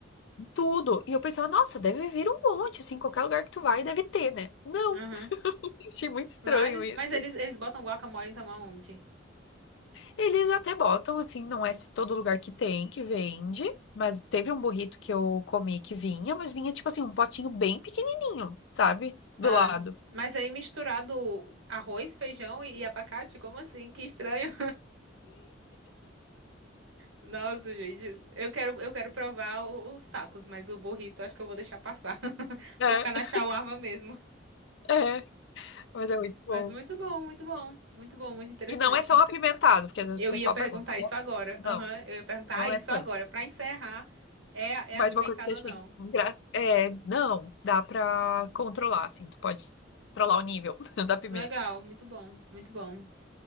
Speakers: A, on the left; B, on the right.
A: tudo. E eu pensava, nossa, deve vir um monte, assim, qualquer lugar que tu vai, deve ter, né? Não,
B: <laughs> Aham.
A: <laughs> achei muito estranho
B: Vale?
A: isso.
B: Mas eles, eles botam guacamole então aonde?
A: Eles até botam, assim, não é todo lugar que tem, que vende, mas teve um burrito que eu comi que vinha, mas vinha, tipo assim, um potinho bem pequenininho, sabe? Do
B: Tá.
A: lado.
B: Mas aí misturado arroz, feijão e, e abacate, como assim? Que estranho. Nossa, gente, eu quero, eu quero provar o- os tacos, mas o burrito acho que eu vou deixar passar. <laughs>
A: É,
B: Vou ficar na shawarma mesmo.
A: é, mas é muito bom.
B: Mas muito bom, muito bom, muito bom, muito interessante.
A: E não é tão apimentado, porque às vezes
B: Eu
A: o pessoal
B: ia perguntar
A: pergunta, né?
B: isso agora.
A: Não,
B: Aham, eu ia perguntar
A: não
B: ah, isso
A: é tanto.
B: agora. Pra encerrar, é,
A: Mas
B: é apimentado
A: uma coisa que eu achei
B: ou não?
A: engraçada é, não, dá pra controlar, assim, tu pode controlar o nível <laughs> da pimenta.
B: Legal, muito bom, muito bom.